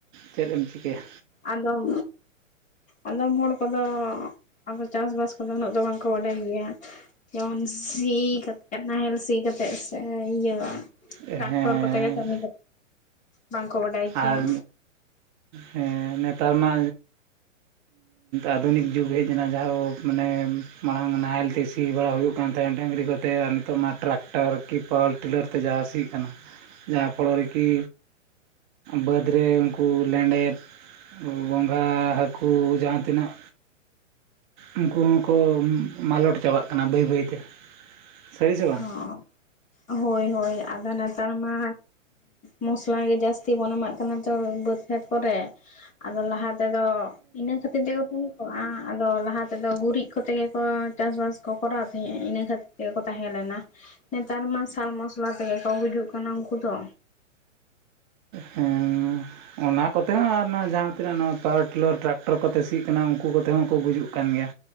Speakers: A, on the right; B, on the left.
A: ᱪᱮᱫ ᱮᱢ ᱪᱤᱠᱟᱹᱭᱟ
B: ᱟᱫᱚᱢ ᱟᱫᱚᱢ ᱦᱚᱲ ᱠᱚᱫᱚ ᱟᱫᱚ ᱪᱟᱥ ᱵᱟᱥ ᱠᱚᱫᱚ ᱩᱱᱟᱹᱜ ᱫᱚ ᱵᱟᱝ ᱠᱚ ᱵᱟᱰᱟᱭ ᱜᱮᱭᱟ᱾ ᱡᱮᱢᱚᱱ ᱥᱤ ᱠᱟᱛᱮᱫ ᱱᱟᱦᱮᱞ ᱥᱤ ᱠᱟᱛᱮᱫ ᱥᱮ ᱤᱭᱟᱹ
A: ᱦᱮᱸ
B: ᱴᱟᱠ ᱴᱚᱨ ᱠᱚᱛᱮ ᱜᱮ ᱠᱟᱹᱢᱤ ᱵᱟᱝᱠᱚ ᱵᱟᱰᱟᱭ ᱜᱮᱭᱟ
A: ᱟᱨ ᱦᱮ ᱱᱮᱛᱟᱨ ᱢᱟ ᱟᱫᱷᱩᱱᱤᱠ ᱡᱩᱜᱽ ᱦᱮᱡ ᱮᱱᱟ ᱡᱟᱦᱟᱸ ᱫᱚ ᱢᱟᱱᱮ ᱢᱟᱲᱟᱝ ᱱᱟᱦᱮᱞ ᱛᱮ ᱥᱤ ᱵᱟᱲᱟ ᱦᱩᱭᱩᱜ ᱦᱩᱭᱩᱜ ᱠᱟᱱ ᱛᱟᱦᱮᱸᱫ ᱰᱟᱹᱝᱨᱤ ᱠᱚ ᱛᱮ ᱟᱨ ᱱᱤᱛᱚᱜ ᱢᱟ ᱴᱨᱟᱠᱴᱟᱨ ᱠᱤ ᱯᱟᱣᱟᱨ ᱴᱤᱞᱟᱨ ᱛᱮ ᱡᱟᱦᱟᱸ ᱥᱤᱜ ᱠᱟᱱᱟ ᱡᱟᱦᱟ ᱯᱚᱨᱮ ᱠᱤ ᱵᱟᱹᱫᱽ ᱨᱮ ᱩᱱ ᱠᱩ ᱞᱮᱸᱰᱮᱫ ᱜᱚᱸᱜᱷᱟ ᱦᱟᱹᱠᱩ <unintelligible> ᱡᱟᱦᱟᱸ ᱛᱤᱱᱟᱹᱜ ᱩᱱᱠᱩ ᱦᱚᱸ ᱠᱚ ᱢᱟᱞᱚᱴ ᱪᱟᱵᱟᱜ ᱠᱟᱱᱟ ᱵᱟᱹᱭ ᱵᱟᱹᱭ ᱛᱮ, ᱥᱟᱹᱨᱤ ᱥᱮ ᱵᱟᱝ?
B: ᱦᱚᱸ ᱦᱳᱭ ᱦᱳᱭ ᱟᱫᱚ ᱱᱮᱛᱟᱨ ᱢᱟ ᱢᱚᱥᱞᱟ ᱜᱮ ᱡᱟᱹᱥᱛᱤ ᱵᱚᱱ ᱮᱢᱟᱜ ᱠᱟᱱᱟ ᱛᱚ ᱵᱟᱹᱫᱽ ᱠᱷᱮᱛ ᱠᱚᱨᱮ ᱟᱫᱚ ᱞᱟᱦᱟ ᱛᱮ ᱫᱚ ᱤᱱᱟᱹ ᱠᱷᱟᱹᱛᱤᱨ ᱛᱮ ᱜᱮ ᱛᱚ ᱟᱫᱚ ᱞᱟᱦᱟ ᱛᱮᱫᱚ ᱜᱩᱨᱤᱡ ᱠᱚᱛᱮ ᱜᱮ ᱠᱚ ᱪᱟᱥ ᱵᱟᱥ ᱠᱚ ᱠᱚᱨᱟᱣ ᱛᱟᱦᱮᱸᱜᱼᱟ ᱤᱱᱟᱹ ᱠᱷᱟᱹᱛᱤᱨ ᱛᱮ ᱜᱮ ᱠᱚ ᱛᱟᱦᱮᱸ ᱞᱮᱱᱟ ᱱᱮᱛᱟᱨ ᱢᱟ ᱥᱟᱨ ᱢᱚᱥᱞᱟ ᱛᱮ ᱜᱮ ᱠᱚ ᱜᱩᱡᱩᱜ ᱠᱟᱱᱟ ᱩᱱᱠᱩ ᱫᱚ᱾
A: ᱦᱮᱸ ᱚᱱᱟ ᱠᱚᱛᱮ ᱦᱚᱸ ᱟᱨ ᱱᱚᱣᱟ ᱡᱟᱦᱟᱸ ᱛᱤᱱᱟᱹᱜ ᱯᱟᱣᱟᱨ ᱴᱤᱞᱟᱨ ᱴᱨᱟᱠᱴᱚᱨ ᱠᱚ ᱛᱮ ᱥᱤᱜ ᱠᱟᱱᱟ ᱩᱱᱠᱩ ᱠᱚᱛᱮ ᱦᱚᱸᱠᱚ ᱜᱩᱡᱩᱜ ᱠᱟᱱ ᱜᱮᱭᱟ᱾